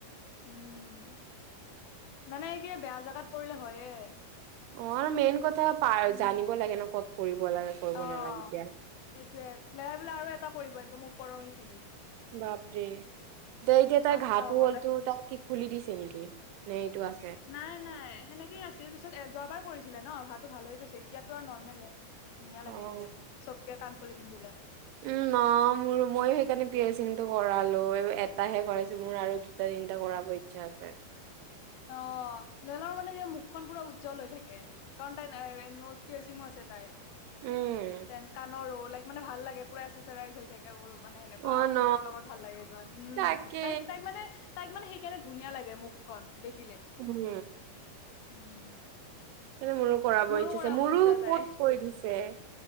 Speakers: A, on the left; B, on the right.
A: উম। মানে কি বেয়া জেগাত। কৰিলে হয়ে।
B: অ আৰু মেইন ক। <inaudible>
A: উম
B: জানিব লাগে নহ ক'ত। কৰিব। লাগে কৰিব
A: অ সেইটোৱে
B: নালাগে এতিয়া
A: লেৰাই বিলাই আৰু এটা কৰিবা একদম উপ। ওপৰখিনিত।
B: বাপৰে দে এতিয়া তাই
A: পাঁচটা
B: ঘাঁটো
A: হ'ব
B: হ'লতো তাই কি খুলি দিছে নেকি নে এইটো আছে।
A: নাই নাই। সেনেকে আছিল পিছত এ যোৱাবাৰ কৰিছিলে নহ ঘাঁটো ভাল হৈ গৈছে এতিয়াতো আৰু নৰ্মেলে। ধুনীয়া
B: অ',
A: লাগে এতিয়া চ। কাণফুলি পিন্ধিলে।
B: উম নহ মোৰ মইও সেইকাৰণে পিয়াৰ্চিংটো কৰালোঁ এটাহে কৰাইছো মোৰ আৰু দুটা তিনিটা কৰাব ইচ্ছা আছে।
A: অ লেলাৰ মানে মুখখন পুৰা উজ্জ্বল হৈ থাকে কাৰণ তাই নছ পিয়াৰ্চিংও আছে তাইৰ।
B: উম
A: তেনকানৰ ৰ'ল- লাক মানে ভাল লাগে পুৰা আছেচেৰাইছ হৈ থাকে। <unintelligible> মানে সেনেকুৱা
B: অ
A: আউটফিটৰ
B: ন
A: লগত ভাল লাগে চমান উম,
B: তাকে
A: তাইক তাইক মানে তাইক মানে- কেনে ধুনীয়া লাগে মুখখন দেখ-
B: উম!
A: উম
B: সেই কাৰণে মোৰো কৰাব
A: মোৰো
B: ইচ্ছা আছে মোৰো
A: ইচ্ছা
B: ওপৰত
A: যায়
B: কৰি দিছে।